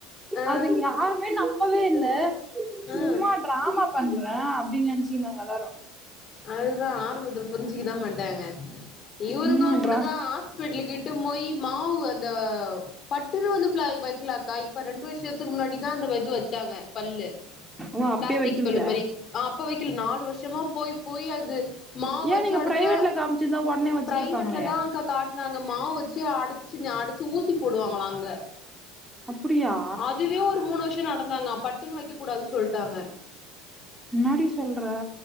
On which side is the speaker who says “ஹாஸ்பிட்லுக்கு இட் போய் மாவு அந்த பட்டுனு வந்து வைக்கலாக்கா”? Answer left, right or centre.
Left